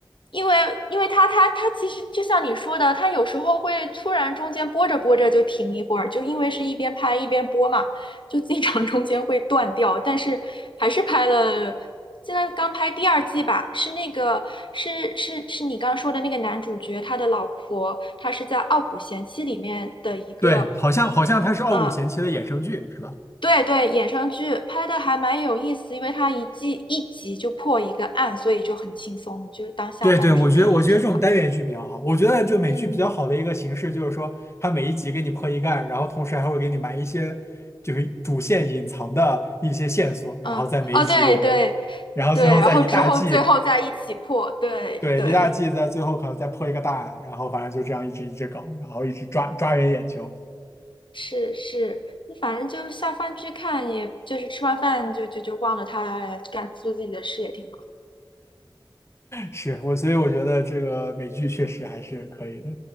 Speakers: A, on the left; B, on the left.
A: 因为因为它它它其实就像你说的，它有时候会突然中间播着播着就停一会儿，就因为是一边拍一边播嘛，就经常中间会断掉，但是还是拍了。现在刚拍第二季吧，是那个是是是你刚说的那个男主角，他的老婆，他是在《傲骨贤妻》里面的一个，
B: 对，好像好像它是《傲骨贤妻》的衍生剧，
A: 啊、
B: 是吧？
A: 对对，衍生剧拍的还蛮有意思，因为它一季一集就破一个案，所以就很轻松，你就当下饭剧看也挺好。
B: 对对，我觉得我觉得这种单元剧比较好。我觉得就美剧比较好的一个形式就是说，
A: 嗯
B: 它每一集给你破一案，然后同时还会给你埋一些就是主线隐藏的一些线索，然后在每一集里边，
A: 嗯，哦，对对
B: 然后最后在一大季，
A: 对，然后之后最后再一起破，对对，
B: 对，一大季在最后可能再破一个大案，然后反正就这样一直一直搞，然后一直抓抓人眼球。
A: 是是，你反正就下饭剧看，也就是吃完饭就就就忘了他干做自己的事也挺好。
B: 是我，所以我觉得这个美剧确实还是可以的。